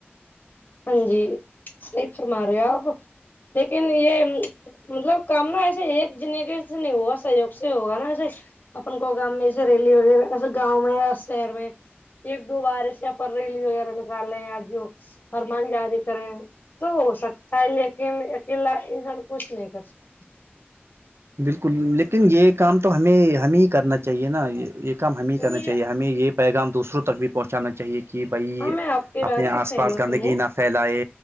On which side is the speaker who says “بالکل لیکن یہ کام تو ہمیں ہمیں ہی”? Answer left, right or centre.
Right